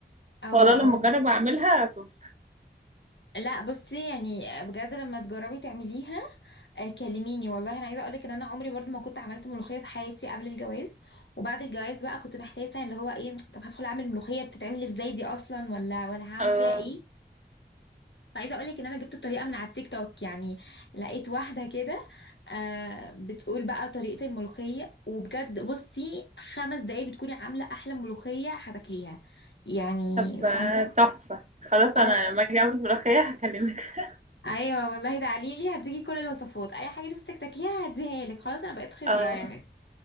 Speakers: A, on the left; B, on the right.
A: اه
B: شاء الله لما
A: اه
B: اجرب اعملها تظبط
A: لا بصي يعني بجد لما تجربي تعمليها آه، كلميني والله انا عايزه اقولك ان انا عمري برضو ما كنت عملت ملوخيه في حياتي قبل الجواز وبعد الجواز بقى كنت محتاسه اللي هو ايه طب هدخل اعمل ملوخيه بتتعمل ازاي دي اصلا ولا ولا هعمل
B: اه
A: فيها ايه فعايزه اقولك ان انا جبت الطريقه من على التيك توك يعني لقيت واحده كده آه بتقول بقى طريقه الملوخيه وبجد بصي خمس دقايق بتكوني عامله احلى ملوخيه هتاكليها يعني
B: طب
A: فاهمه
B: آه، تحفه خلاص
A: اه
B: انا لما اجي اعمل ملوخيه هكلمك
A: ايوه والله ده عليلي هديكي كل الوصفات اي حاجه نفسك تاكليها هديها لك خلاص انا بقيت خبره
B: اه
A: يعني